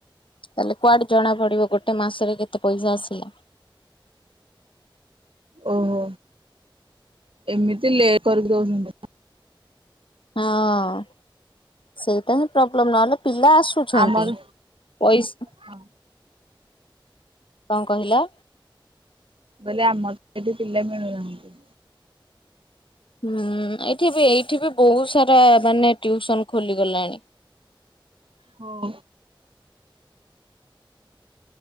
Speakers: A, on the left (about 75°); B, on the right (about 85°).
A: ତାହେଲେ କୁଆଡେ ଜଣା ପଡିବ ଗୋଟେ ମାସରେ କେତେ ପଇସା ଆସିଲା।
B: ଓହୋ ଏମିତି ଲେ କରିକି ଦଉଛନ୍ତି।
A: ହଁ ସେଇଟାଇ ହିଁ ପ୍ରୋବ୍ଲେମ୍ ନହେଲେ ପିଲା ଆସୁଛନ୍ତି।
B: ଆମର
A: ପଇସ
B: ହଁ
A: କଣ କହିଲ?
B: ମୁଁ କହିଲି ଆମର ଏଠି ପିଲା ମିଳୁ ନାହାଁନ୍ତି।
A: ହୁଁ ଏଠି ବି ଏଇଠି ବି ବହୁତ୍ ସାରା ମାନେ ଟ୍ୟୁସନ୍ ଖୋଲିଗଲାଣି।
B: ହଁ।